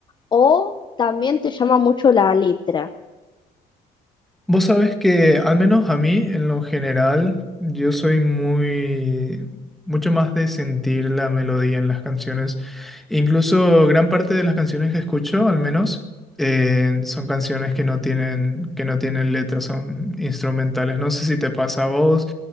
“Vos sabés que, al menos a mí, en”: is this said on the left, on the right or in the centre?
Centre